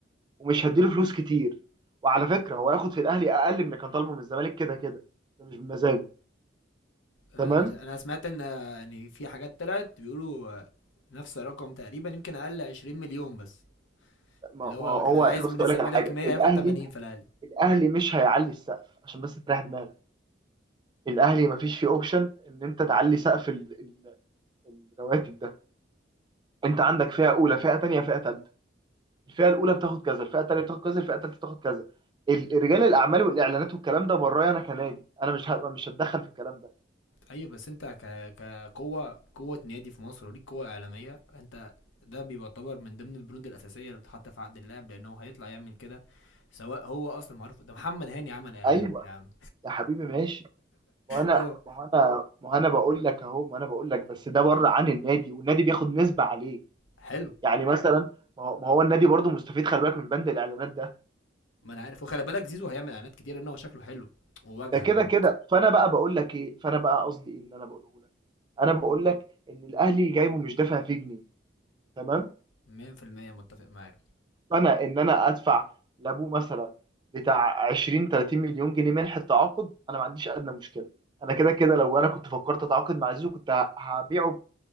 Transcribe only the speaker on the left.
انا
انا سمعت ان ان في حاجات طلعت بيقولوا نفس الرقم تقريبا يمكن اقل 20 مليون بس
اللي
هو
كان عايز
من
الزمالك
100
هياخد 80 في الاهلي
ايوه بس انت ك... كقوه قوه نادي في مصر وليك قوه اعلاميه انت ده بيعتبر من ضمن البنود الاساسيه اللي بتتحط في عقد اللاعب لانه هيطلع يعمل كده سواء هو اصلا معروف ده محمد هاني عمل اعلان
يا عم
اه
حلو
ما انا عارف وخلي بالك زيزو هيعمل اعلانات كتير ان هو شكله حلو وواجهه
برضه
100% متفق معاك